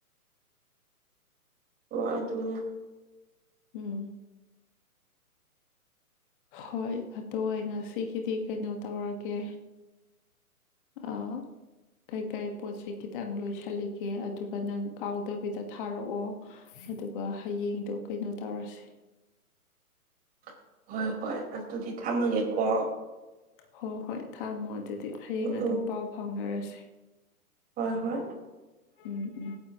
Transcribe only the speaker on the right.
ꯑꯣ ꯑꯗꯨꯅꯦ
<unintelligible>
<unintelligible>
<unintelligible> ꯍꯣꯏ ꯍꯣꯏ ꯑꯗꯨꯗꯤ ꯊꯝꯃꯒꯦꯀꯣ
ꯎꯝ
ꯎꯝ
ꯍꯣꯏ ꯍꯣꯏ